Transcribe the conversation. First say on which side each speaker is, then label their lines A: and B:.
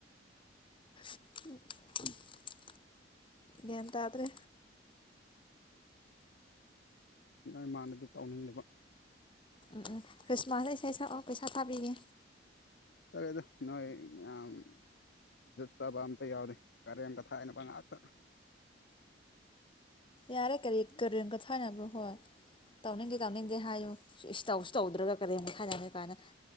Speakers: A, on the left; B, on the left.
A: <unintelligible> ꯒ꯭ꯌꯥꯟ ꯇꯥꯗ꯭ꯔꯦ
B: ꯅꯣꯏ ꯃꯥꯡꯗꯗꯤ ꯇꯧꯅꯤꯡꯗꯕ
A: ꯎꯝ ꯎꯝ ꯈ꯭ꯔꯤꯁꯃꯥꯁꯇ ꯏꯁꯩ ꯁꯛꯑꯣ ꯄꯩꯁꯥ ꯊꯥꯕꯤꯒꯦ
B: ꯑꯁ ꯇꯜꯂꯦꯗ ꯅꯣꯏ ꯃꯌꯥꯝ ꯖꯨꯠ ꯆꯥꯕ ꯑꯝꯇ ꯌꯥꯎꯗꯦ ꯀꯔꯦꯝ ꯀꯊꯥꯏꯅꯕ ꯉꯥꯛꯇ
A: ꯌꯥꯔꯦ ꯀꯔꯤ ꯀꯔꯦꯝ ꯀꯊꯥꯏꯅꯕ꯭ꯔꯣ ꯑꯈꯣꯏ ꯇꯧꯅꯤꯡꯗꯦ ꯇꯧꯅꯤꯡꯗꯦ ꯍꯥꯏꯌꯨ ꯁꯤꯏꯁ ꯇꯧꯁꯨ ꯇꯧꯗ꯭ꯔꯒ ꯀꯔꯦꯝ ꯀꯊꯥꯏꯅꯩ ꯍꯦ ꯀꯥꯅ